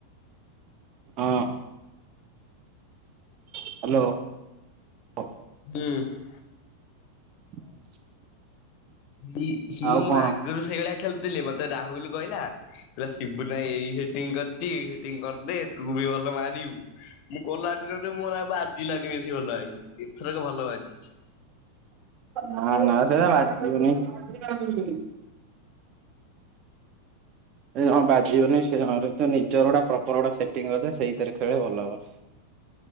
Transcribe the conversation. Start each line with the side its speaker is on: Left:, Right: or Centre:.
Right: ହଁ ହ୍ୟାଲୋ ହଉ
Left: <unintelligible>
Right: <inaudible>
Left: ହି ସିଏ
Right: ଆଉ
Left: ମୋଆଗରୁ
Right: କଣ?
Left: ସେଇଗଳିଆ ଖେଳୁଥିଲି ମତେ ରାହୁଲ କହିଲା। ହେଲା ଶିବୁ ନାଇଁ ଏଇ ସେଟିଂ କରିଛି ଏଇ ସେଟିଂ କରିଦେ ତୁ ବି ଭଲ ମାରିବୁ। ମୁଁ କଲାଠେ ତତେ ମୋର ଆ ବାଜିଲାନି ବେଶୀ ଭଲ ଭଇ ଏଥରକ ଭଲ ବାଜିଛି।
Right: ହଁ ହଁ ମା ସେଇଟା ବାବୁନି <unintelligible> ଏ ଜଣ ବାଜିବନି ସେ ନିଜର ଗୋଟ ପ୍ରପର ଗୋଟେ ସେଟିଂ କରିବ ସେଇଥିରେ ଖେଳ ଭଲ ହବ।